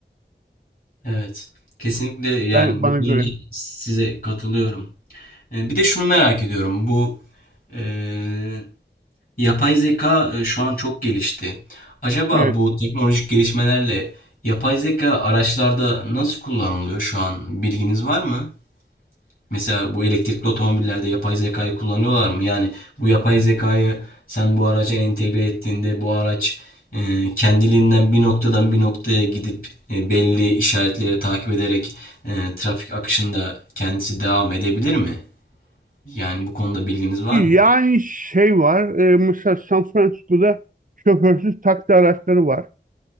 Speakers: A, on the left (about 50°); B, on the right (about 45°).
A: Evet. Kesinlikle yani
B: Ben
A: bu
B: bana
A: konuda
B: göre.
A: size katılıyorum. E, Bir de şunu merak ediyorum. Bu e, yapay zeka e, şu an çok gelişti. Acaba
B: Evet.
A: bu teknolojik gelişmelerle yapay zeka araçlarda nasıl kullanılıyor şu an? Bilginiz var mı? Mesela bu elektrikli otomobillerde yapay zekayı kullanıyorlar mı? Yani bu yapay zekayı sen bu araca entegre ettiğinde bu araç e, kendiliğinden bir noktadan bir noktaya gidip e, belli işaretleri takip ederek e, trafik akışında kendisi devam edebilir mi? Yani bu konuda bilginiz var mı?
B: Yani şey var, e, mesela San Francisco'da şoförsüz taksi araçları var.